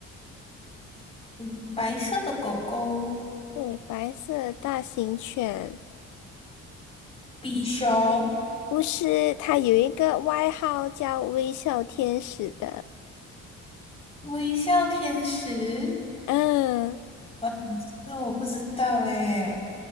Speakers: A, on the left; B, on the left.
A: 嗯白色的狗狗，
B: 对，白色大型犬，
A: 比熊，
B: 不是，它有一个外号叫微笑天使的。
A: 微笑天使，
B: 嗯，
A: 哇，这个我不知道嘞。